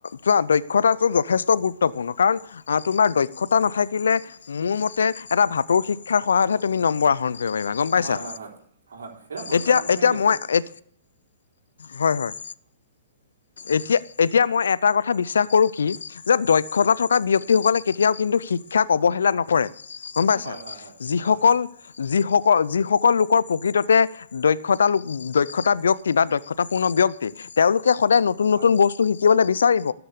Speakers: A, on the left; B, on the right.
A: চোৱা দক্ষতাটো যথেষ্ট গুৰুত্বপূৰ্ণ কাৰণ আ, তোমাৰ দক্ষতা নাথাকিলে মোৰ মতে এটা ভাতৌ শিক্ষাৰ সহায়তহে তুমি নম্বৰ আহৰণ কৰিব পাৰিবা। গম পাইছা,
B: হয় হয় হয় হয় বৰ্তমান
A: এতিয়া
B: তুমি
A: এতিয়া
B: দেখিছা
A: মই এ হয়, হয়, এতিয়া এতিয়া মই এটা কথা বিশ্বাস কৰোঁ কি যে দক্ষতা থকা ব্যাক্তি সকলে কেতিয়াও কিন্তু শিক্ষাক অৱহেলা নকৰে। গম
B: নকৰে
A: পাইছা
B: হয় হয়
A: যিসকল
B: হয় হয়
A: যিসকল যিসকল লোকৰ প্ৰকৃততে দক্ষতা লোক দক্ষতা ব্যক্তি বা দক্ষা গুৰত্বপূৰ্ণ ব্যক্তি, তেওঁলোকে সদায় নতুন
B: হয়
A: নতুন বস্তু শিকিবলৈ বিচাৰিব।